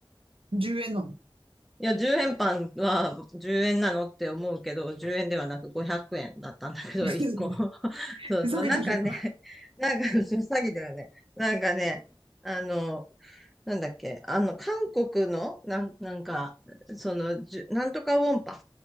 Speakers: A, on the right; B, in the centre.
A: 10円なの
B: いや、10円パンは10円なのって思うけど、10円ではなく500円だったんだけど、
A: <laughs>
B: <laughs> 1個。<laughs> そうそう。
A: ふざけてるよ。
B: なんかね、なんか詐欺 <laughs> だよね。なんかね、あの、なんだっけ、あの、韓国の、なん、なんか、その、じゅなんとかウォンパン。